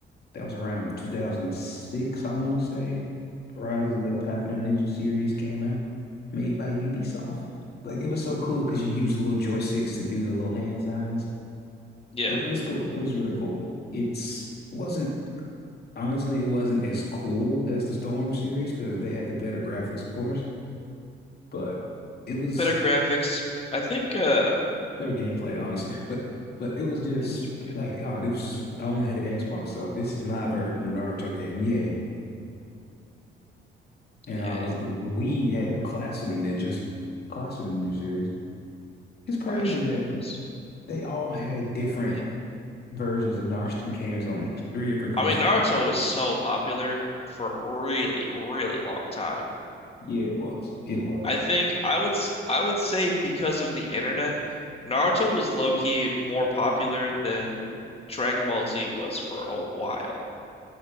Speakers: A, on the left; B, on the left.
A: That was around 2006, I want to say. Rise of the Path of the Ninja series came out, made by Ubisoft. Like it was so cool because you use little joysticks to do the little hand signs.
B: Yeah.
A: It, was cool. It was really cool. It's it wasn't honestly, it wasn't as cool as the Storm series because they had the better graphics, of course, but it was
B: Better graphics. I think uh
A: better gameplay, honestly. But but it was just
B: it was pretty good.
A: like, oh, this was I only had an Xbox, so this is my version of Naruto game. Yeah, And
B: Yeah,
A: I was we had the Clash of the Ninjas, Clash of the Ninja series. It's
B: Clash
A: crazy
B: of
A: that
B: Legends.
A: they all had different
B: Man.
A: versions of Naruto games on <laughs> three different consoles.
B: I mean, Naruto was so popular for a really, really long time.
A: Yeah, it was. It was.
B: I think I would s- I would say because of the internet, Naruto was low-key more popular than Dragon Ball Z was for a while.